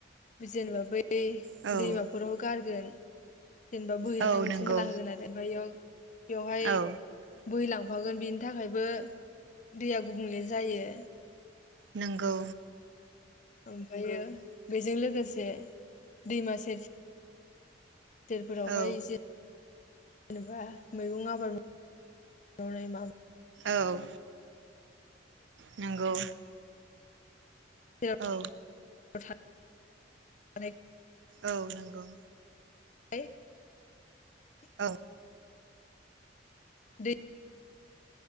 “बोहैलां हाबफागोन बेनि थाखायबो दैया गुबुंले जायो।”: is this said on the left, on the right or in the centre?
Left